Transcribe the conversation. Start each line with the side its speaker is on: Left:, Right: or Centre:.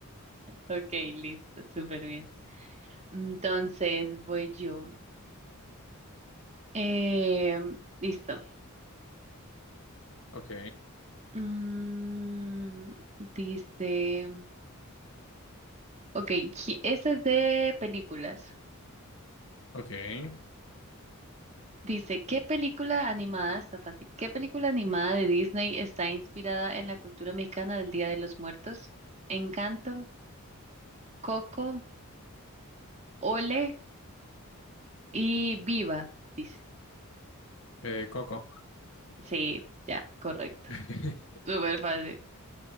Right: Ok, listo, súper bien. Entonces, voy yo. Eh, listo.
Left: Ok,
Right: Mm, dice, ok, qui- esta es de películas.
Left: ok.
Right: Dice, ¿qué película animada, está fácil, qué película animada de Disney está inspirada en la cultura mexicana del Día de los Muertos? Encanto, Coco, Ole y Viva, dice.
Left: Eh, Coco.
Right: Sí, ya, correcto.
Left: <laughs>
Right: Súper fácil.